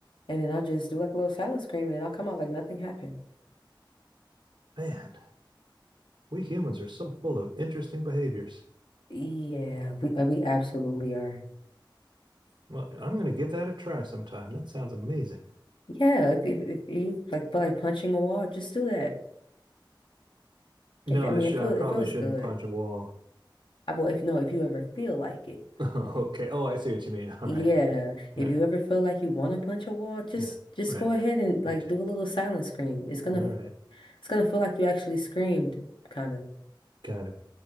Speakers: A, on the left (about 70°); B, on the right (about 65°).
A: and then I'll just do like a little silent scream and then I'll come out like nothing happened
B: Man, we humans are so full of interesting behaviors.
A: Yeah, we uh, we absolutely are.
B: Well, I'm going to give that a try sometime. That sounds amazing.
A: Yeah, if if, if you like feel like punching a wall, just do that.
B: No,
A: If I
B: I
A: mean,
B: should,
A: it feel
B: I probably
A: it feels
B: shouldn't
A: good.
B: punch a wall.
A: I will if no, if you ever feel like it.
B: <laughs> Okay. Oh, I see what you mean. <laughs> All
A: Yeah,
B: right. Yeah.
A: if you ever feel like you want to punch a wall, just
B: Yeah.
A: just
B: Right.
A: go ahead and like
B: Gotcha.
A: do a little silent scream. It's gonna
B: All right.
A: it's gonna feel like you actually screamed, kind of,
B: kind of.